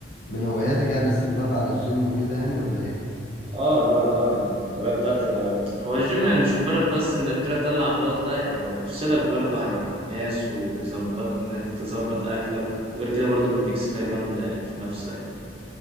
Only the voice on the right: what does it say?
اه لا اه يعني الهوايه بتاعتي انا هو الجيم يعني مش مجرد بس انك تروح تطلع عضلات لا يعني هو بيفصلك برضو عن الناس وبيظبط انك تظبط اكلك وغير كده برضو بيديك ثقه جامده يعني في نفسك